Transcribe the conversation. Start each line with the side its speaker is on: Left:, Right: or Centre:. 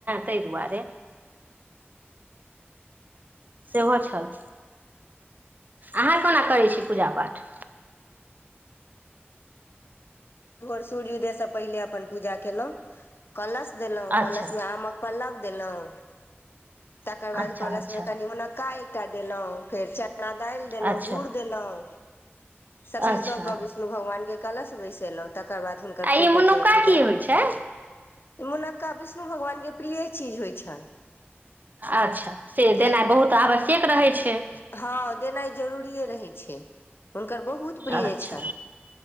Right: त सेहो छल अहाँ कोना करै छी पूजा पाठ
Left: भोर सूर्य उदयसँ पहिले अपन पूजा केलहुँ कलश देलहुं
Right: अच्छा
Left: कलश मे आमक पल्लव देलहु तकर बाद
Right: अच्छा
Left: कलशमे
Right: अच्छा
Left: कनिमनका चटा देलहुँ फेर च खना दालि देलहुं
Right: अच्छा
Left: गुड़ देलहुं सब चीज
Right: अच्छा
Left: दए क विष्णु भगवान के कला समय चेल तकर बाद हुनकर
Right: आ
Left: फोटो
Right: ई मुनुक्का
Left: के पूजा
Right: की होइ छै
Left: मनक्का विष्णु भगवानके प्रिय चीज होइ छनि
Right: अच्छा से
Left: ई
Right: देना बहुत आवश्यक रहै छै
Left: हँ देनाइ जरूरिए रहै छै हुनकर बहुत प्रिय
Right: अच्छा
Left: छ